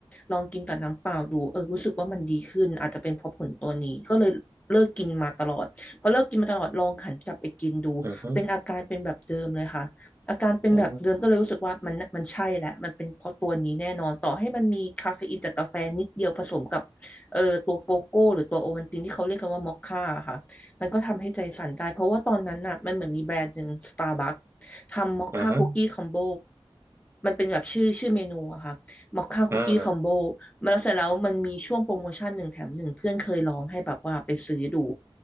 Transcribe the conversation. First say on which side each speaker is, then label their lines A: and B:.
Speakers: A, on the left; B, on the right.
A: ลองกินกับน้ำเปล่าดูเออรู้สึกว่ามันดีขึ้นอาจจะเป็นเพราะผลตัวนี้ก็เลยเลิกกินมาตลอดพอเลิกกินมาตลอดลองหันกลับไปกินดูเป็นอาการเป็นแบบเดิมเลยค่ะอาการเป็นแบบเดิมก็เลยรู้สึกว่ามันมันใช่แหละมันเป็นเพราะตัวนี้แน่นอนต่อให้มันมีคาเฟอีนจากกาแฟนิดเดียวผสมกับ
B: อ่าฮะอ๋อ
A: เอ่อตัวโกโก้หรือตัวโอวัลตินที่เขาเรียกกันว่ามอคค่าค่ะมันก็ทำให้ใจสั่นได้เพราะว่าตอนนั้นน่ะมันเหมือนมีแบรนด์หนึ่งสตาร์บัคทำมอคค่าคุกกี้คอมโบ
B: อ่าฮะ
A: มันเป็นแบบชื่อชื่อเมนูอะค่ะ มอคค่าคุกกี้คอมโบ
B: อ่าอ
A: มาแล้วเสร็จแล้วมันมีช่วงโปรโมชั่นหนึ่งแถมหนึ่งเพื่อนเคยลองให้แบบว่าไปซื้อดู